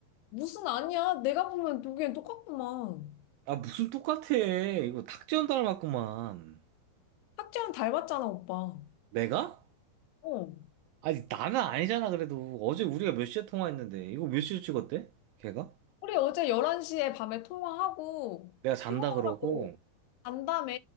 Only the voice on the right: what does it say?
아, 무슨 똑같아. 이거 탁재현 닮았구만.
내가?
아니, 나는 아니잖아, 그래도. 어제 우리가 몇 시에 통화했는데. 이거 몇 시에 찍었대? 걔가?
내가 잔다
그러고.